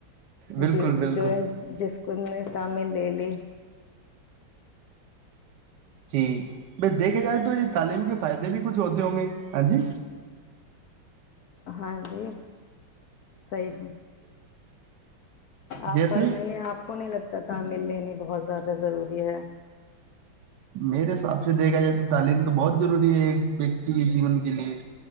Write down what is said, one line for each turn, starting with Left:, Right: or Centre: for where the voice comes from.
Right: بالکل
Left: ج
Right: بالکل
Left: جو جس ک نے شامل لے لی
Right: جی بائی دیکھے جائے تو یہ تعلیم کے فائدے بھی کچھ ہوتے ہوں گے ہاں جی
Left: ہاں جی صحیح آپ
Right: جیسے
Left: فرمائیے آپ کو نہیں لگتا ت تعامل لین بہت زیادہ ضروری ہے
Right: میرے حساب سے دیکھا جائے تو تعلیم تو بہت ضروری ہے ایک ویکتی کے جیون کے لیے